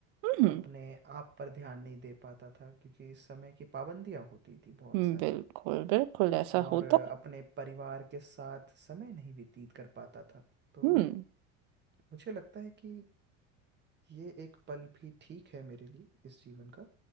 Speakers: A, on the right; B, on the right.
A: हम्म
B: अपने आप पर ध्यान नहीं दे पाता था क्योंकि समय की पाबंदियाँ होती थी बहुत
A: हम्म,
B: सारी
A: बिल्कुल बिल्कुल ऐसा
B: और
A: होता
B: अपने
A: है।
B: परिवार के साथ समय नहीं व्यतीत कर पाता था तो
A: हम्म
B: मुझे लगता है कि ये एक पल भी ठीक है मेरे लिए इस जीवन का